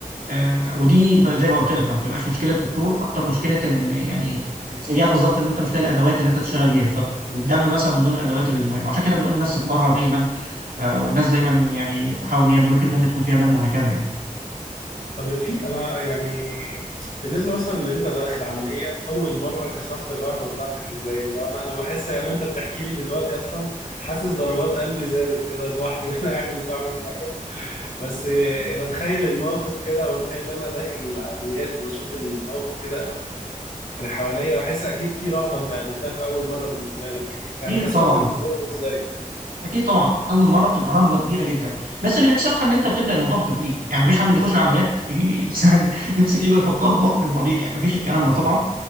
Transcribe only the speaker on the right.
آه ودي ب- زي ما قلت لك ما بتبقاش مشكلة دكتور أكتر مشكلة إن يعني سيئة بالظبط إن أنت مش لاقي الأدوات اللي أنت تشتغل بيها فالدم مثلا من ضمن الأدوات المهمة عشان كده بنقول للناس تتبرع دايما آه والناس دايما يعني تحاول إن هي البنوك الدم تكون فيها دم وهكذا يعني.
اكيد
طبعا
اكيد طبعا اول مره بتبقى رهبه كبيره جدا بس اللي بيكسرها ان انت بتبدا الموضوع بالتدريج يعني مفيش حد بيخش العمليات ي- <laughs> مثلا يمسك ايده يحطها في بطن المريض يعني مفيش الكلام ده طبعا